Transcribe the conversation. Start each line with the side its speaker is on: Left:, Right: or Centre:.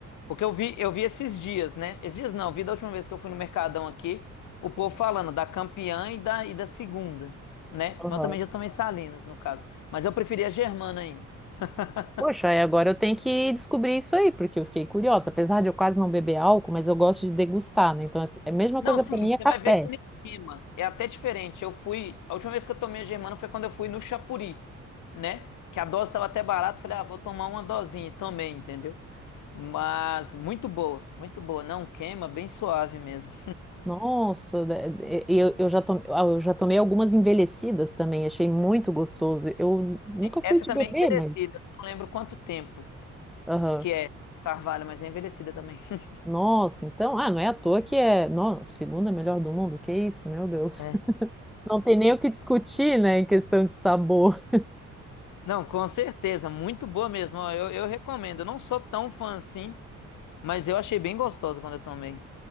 Left: Porque eu vi, eu vi esses dias, né? Esses dias não, eu vi da última vez que eu fui no Mercadão aqui, o povo falando da campeã e da, e da segunda, né?
Centre: Aham.
Left: Mas eu também já tomei Salinas, no caso. Mas eu preferi a Germana ainda. <laughs>
Centre: Poxa, aí agora eu tenho que descobrir isso aí, porque eu fiquei curiosa. Apesar de eu quase não beber álcool, mas eu gosto de degustar, né? Então, assim, é a mesma
Left: Não,
Centre: coisa
Left: sim,
Centre: para mim
Left: você
Centre: é café.
Left: vai ver que nem queima. É até diferente. Eu fui. A última vez que eu tomei a germana foi quando eu fui no Chapuri, né? Que a dose estava até barata. Falei, ah, vou tomar uma dosinha. e Tomei, entendeu? Mas muito boa, muito boa. Não queima, bem suave mesmo.
Centre: Nossa, da- e- e eu, eu já tomei, ah, eu já tomei algumas envelhecidas também, achei muito gostoso. Eu nunca fui
Left: Essa
Centre: de
Left: também
Centre: beber,
Left: é envelhecida.
Centre: mas.
Left: Não lembro quanto tempo
Centre: Aham.
Left: que é o Carvalho, mas é envelhecida também. <laughs>
Centre: Nossa, então, ah, não é à toa que é, nossa, segunda melhor do mundo, que isso, meu Deus.
Left: É.
Centre: <laughs> Não tem nem o que discutir, né, em questão de sabor.
Left: Não, com certeza. Muito boa mesmo. ó, Eu, eu recomendo. Eu não sou tão fã assim, mas eu achei bem gostosa quando eu tomei.